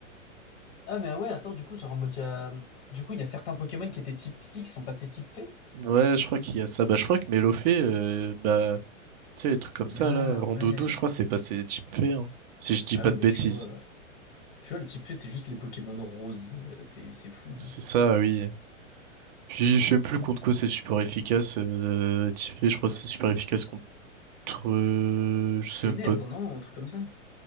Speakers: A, on the left; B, on the right.
A: Ah, mais ouais, attends, du coup, genre en mode, il y a... Du coup, il y a certains Pokémon qui étaient type psy qui sont passés type fée?
B: Ouais, je crois qu'il y a ça. Bah, je crois que Mélofée, euh, bah, tu sais, les trucs comme ça,
A: Ah
B: là, Rondoudou,
A: ouais.
B: je crois, c'est passé type fée, hein, si je dis
A: Ah
B: pas
A: ouais,
B: de
A: bah
B: bêtises.
A: tu vois. Tu vois, le type fait, c'est juste les Pokémon roses. Euh, C'est c'est fou.
B: C'est ça, oui. Puis, je sais même plus contre quoi c'est super efficace. Euh, type fée, je crois que
A: Ouais.
B: c'est super efficace contre, euh, je sais
A: Ténèbres,
B: même pas.
A: non? Un truc comme ça.